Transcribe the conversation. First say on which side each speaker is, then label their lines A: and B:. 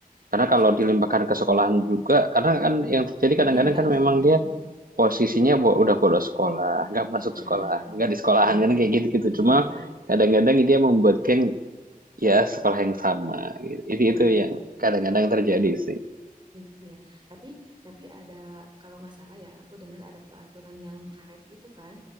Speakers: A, on the right; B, on the right.
A: Karena
B: Nah, itu
A: kalau
B: saya
A: dilimpahkan
B: sa-
A: ke sekolahan juga, karena kan yang terjadi
B: <laughs>
A: kadang-kadang
B: ya nggak
A: kan memang
B: mungkin.
A: dia Posisinya bo udah bolos sekolah, nggak masuk
B: Mm-mm.
A: sekolah, nggak di sekolahan
B: Iya.
A: kan kayak gitu-gitu.
B: Iya,
A: Cuma
B: iya.
A: kadang-kadang dia membuat geng ya sekolah yang sama. gitu. Itu
B: Mm-mm.
A: itu yang kadang-kadang terjadi sih.
B: Iya. Tapi tapi ada kalau nggak salah ya, aku dengar ada peraturan yang karet gitu kan.